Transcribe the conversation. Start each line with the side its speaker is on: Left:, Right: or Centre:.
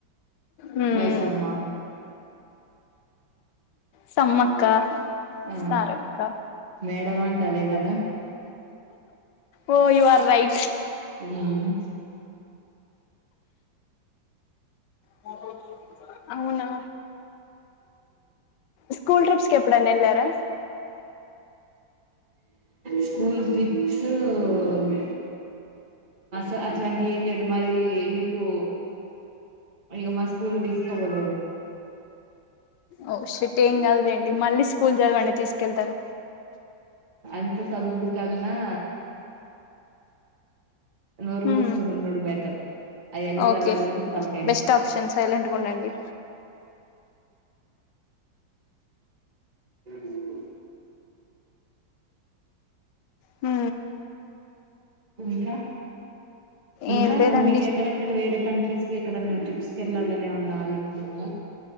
Left: మ్మ్
Right: మైసమ్మ
Left: సమ్మక్క
Right: ఆ
Left: సారక్క
Right: మెడలంటే అదే గదా
Left: ఓ యు ఆర్ రైట్
Right: మ్మ్
Left: కాంబోజు అవునా స్కూల్ ట్రిప్స్ కెప్పుడన్నెల్లారా
Right: స్కూల్ తీ నువ్ అస అట్లాంటి ఏం లేదు మరి మీకు ఇగ మా స్కూల్ తీసుకోబోరాదు
Left: ఓ షిట్ ఏం గాదులెండి మళ్ళీ స్కూల్ చదవండి. తీసుకెళ్తారు
Right: అంత సదువుడు కన్నా నోరు
Left: మ్మ్
Right: మూసుకొని ఉండుడు బెటర్ అయన్నీ చదవాలి
Left: ఓకే
Right: అంటే తలకాయనొప్పి
Left: బెస్ట్ ఆప్షన్ సైలెంట్ గా ఉండండి
Right: ఏయ్ నువ్వో
Left: హ
Right: ఇంకా ఇంకా
Left: ఏం లేదండి
Right: మీకు ఎక్కడెక్కడ వేరే కంట్రీస్ కి ఎక్కడన్నా ట్రిప్స్ కి వెళ్ళాల ఇనేవన్నా ఆలోచన ఉందా